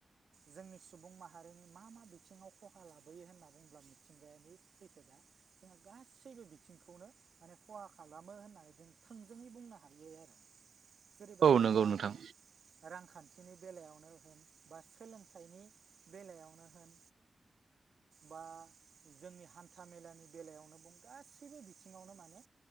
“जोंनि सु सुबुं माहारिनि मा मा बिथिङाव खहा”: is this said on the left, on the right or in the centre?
Right